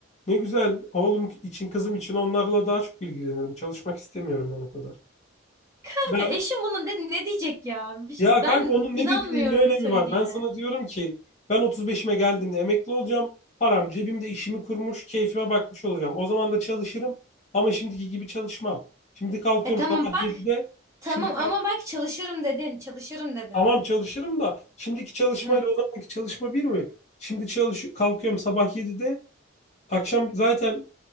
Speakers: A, on the left; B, on the right.
A: Ne güzel. Oğlum için kızım için onlarla daha çok ilgilenirim. Çalışmak istemiyorum ben o kadar.
B: Kanka
A: Ben
B: eşim buna ne, ne diyecek ya? Bir şey-
A: ya
B: Ben
A: kanka onun
B: inanmıyorum
A: ne dediğinin ne önemi
B: söylediğine.
A: var? Ben sana diyorum ki ben 35'ime geldiğimde emekli olacağım. Param cebimde işimi kurmuş, keyfime bakmış olacağım. O zaman da çalışırım ama şimdiki gibi çalışmam. Şimdi kalkıyorum
B: E tamam
A: sabah
B: bak.
A: 7'de.
B: Tamam
A: Şimdi kalk
B: ama bak çalışırım dedin. Çalışırım dedin.
A: tamam çalışırım da şimdiki çalışmayla
B: Heh,
A: o zamanki çalışma bir mi? Şimdi çalış kalkıyorum sabah 7'de. Akşam zaten